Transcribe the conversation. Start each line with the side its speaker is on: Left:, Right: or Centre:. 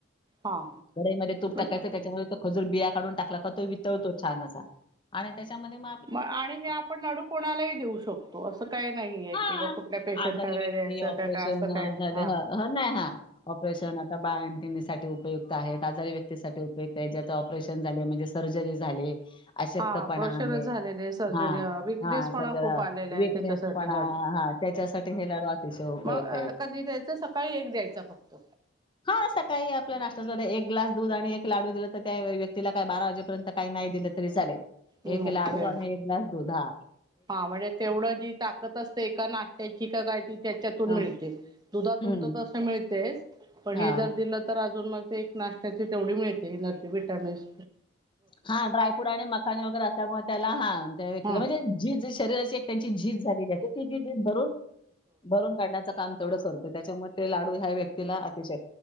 Right: हा
Left: कडईमध्ये तूप टाकायचं
Right: हा
Left: त्याच्यामध्ये तो खजूर बिया काढून टाकला का तो वितळतो छान असा आणि त्याच्यामध्ये म
Right: मग आणि हे आपण लाडू कोणालाही देऊ शकतो असं काही नाहीय
Left: हां,
Right: कि बा कुठल्या पेशंट
Left: आजारी
Right: ला नाय
Left: व्यक्ती
Right: द्यायचं
Left: ऑपरेशन
Right: काय काय असं काय नाही
Left: झाले
Right: हा
Left: ह ह ना हा ऑपरेशन बाळंतिणी साठी उपयुक्त आहेत आजारी व्यक्तीसाठी उपयुक्त त्याच्यात ऑपरेशन झाले म्हणजे सर्जरी झाले आशक्त
Right: हा
Left: पणा
Right: प्रेशरच
Left: आहे
Right: झालेले आहे सर्जरी
Left: हा
Right: ह विकनेसपणा
Left: हा सगळं
Right: खूप आलेला आहे
Left: विकनेसपना
Right: त्याच्यासाठी ह
Left: हा त्याच्यासाठी हे लाडू अतिशय उपयुक्त
Right: मग
Left: आहेत.
Right: कधी द्यायचं सकाळी एक द्यायचा फक्त
Left: हा सकाळी आपल नास्त्या एक ग्लास दूध आणि एक लाडू दिला तर त्या व्यक्तीला काय बारा वाजेपर्यंत काही नाही दिलं तरी चालेल
Right: ओके
Left: एक लाडू आणि एक ग्लास दुध हा.
Right: हा म्हणजे तेवढं जी ताकत असते एका नाष्टत्याची का काय ती त्याच्यातून
Left: हां,
Right: मिळते. दुधातून
Left: हं,
Right: तर तसं मिळतेच पण
Left: हां.
Right: हे जर दिलं तर अजून मग एक नाशत्याची तेवढी मिळते नदी विटामिन्स.
Left: हा ड्रायफ्रूट आणि मखाने वगैरे असल्यामुळे त्याला हां त्या व्यक्ती
Right: हा
Left: म्हणजे जी ज शरीराशी त्यांची झीज झालेली आहे ती झीज भरून भरून काढण्याचं काम तेवढं करतो त्याच्यामुळे ते लाडू ह्या व्यक्तीला अतिशय